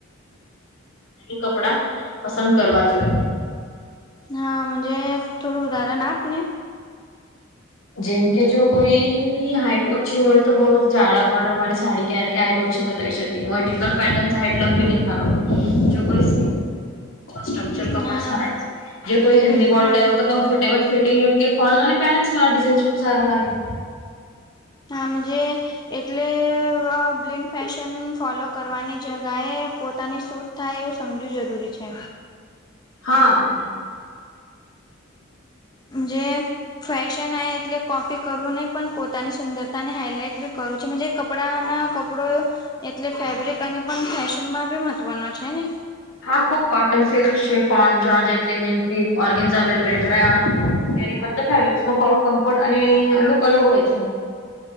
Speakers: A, on the left; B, on the left.
A: <inaudible> કપડા પસંદ કરવા જોએ.
B: હા મજે થોડું ઉદાહરણ આપને.
A: જેમ કે જો કોઈની હાઈટ ઓછી હોય તો બઉ જાડા બોર્ડર વાળી સાડી ક્યારેક <unintelligible> ઓછી બતાવી શકી વર્ટિકલ પેટર્ન સાઇટ લંબી દેખાડો. જો કોઈ <unintelligible> સક્ચર કપડા
B: હા
A: સારા કોઈ હેલ્દી
B: બિલકુલ
A: <unintelligible> કમ્ફર્ટેબલ ફટંગ યોગ્ય ફલ અને બેલેન્સ વાળા ડિઝાઇન્સ ખુબ સારા લાગે.
B: હા મજે એટલે બ બ્લીન્ક ફેશન ફોલો કરવાની જગ્યાએ પોતાની સૂટ થાય એવું સમજવું જરૂરી છે.
A: હા.
B: જે ફેશન આ એટલે કોપી કરવું નહીં પણ પોતાની સુંદરતા ને હાઈલાઈટ બી કરવું છે મજે કપડા ના કપડો એટલે ફેબ્રિક અને પણ ફેશનમાં બી મહત્વનો છે ને.
A: હા ખુબ કોટન સિલ્ક શેફોન જોજ એટલી. ઓર્ગેનઝ આવેલ વેટરન તેની બધ ફેબ્રિક્સ ન ફોલ કમ્ફર્ટ અને લુક અલગ હોય છે.